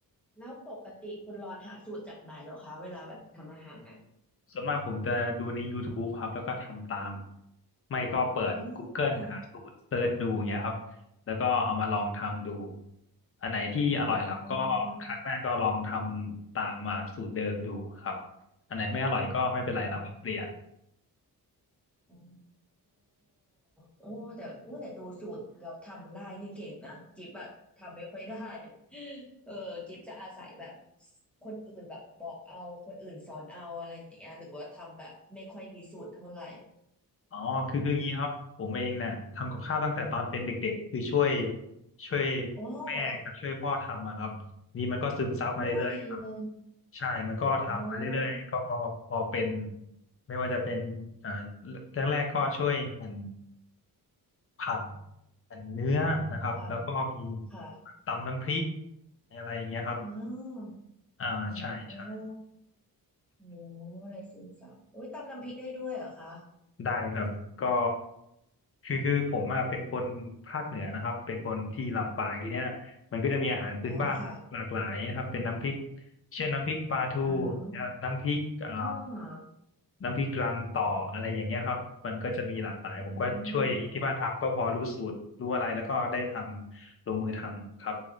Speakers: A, in the centre; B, on the left.
A: แล้วปกติคุณรอนหาสูตรจากไหนเหรอคะเวลาแบบทำอาหารอ่ะ
B: ส่วนมากผมจะดูใน YouTube ครับแล้วก็ทำตามไม่ก็เปิด
A: อ๋อ
B: Google หาสูตรเซิร์ชดูเงี้ยครับแล้วก็เอามาลองทำดูอันไหนที่อร่อยแล้วก็ครั้งหน้าก็ลองทำตามมาสูตรเดิมดูครับ
A: อ๋อ
B: อันไหนไม่อร่อยก็ไม่เป็นไรเราก็เปลี่ยน
A: อ๋อ โอ้โอ้แต่โอ้แต่ดูสูตรเราทำลายนี่เก่งนะกิฟต์อะทำไม่ค่อยได้เออกิฟต์จะอาศัยแบบคนอื่นแบบบอกเอาคนอื่นสอนเอาอะไรอย่างเงี้ยหรือว่าทำแบบไม่ค่อยมีสูตรเท่าไหร่
B: อ๋อคือคืออย่างนี้ครับผมเองเนี่ยทำกับข้าวตั้งแต่ตอนเป็นเด็กๆคือช่วยช่วย
A: โอ้
B: แม่กับช่วยพ่อทำอะครับนี่มันก็ซึมซับมาเรื่อยๆครับ
A: โอ้ดีเลย
B: ใช่มันก็ทำมาเรื่อยๆก็
A: โอ้
B: พอเป็นไม่ว่าจะเป็นอ่าแรกๆก็ช่วยหั่นผักหั่นเนื้อนะครับ
A: ค่ะ
B: แล้วก็มี
A: ค่ะ
B: ตำน้ำพริกอะไรอย่างเงี้ยครับ
A: อ๋อ
B: อ่าใช่ใช่
A: อ๋อโอ้โหอะไรซึมซับโอ้ยตำน้ำพริกได้ด้วยเหรอคะ
B: ได้ครับก็คือคือผมอะเป็นคนภาคเหนือนะครับเป็นคนที่ลำปางทีเนี้ยมันก็จะมีอาหารพื้นบ้านหลากหลากหลายนะครับเป็นน้ำพริก
A: อ๋อค่ะ
B: เช่นน้ำพริกปลาทู
A: อ่าฮะ
B: น้ำพริกเอ่อ
A: อ่า
B: น้ำพริกรังต่ออะไรอย่างเงี้ยครับมันก็จะมีหลากหลายผมก็ช่วยที่บ้านทำก็พอรู้สูตรรู้อะไรแล้วก็ได้ทำลงมือทำครับ
A: โอ้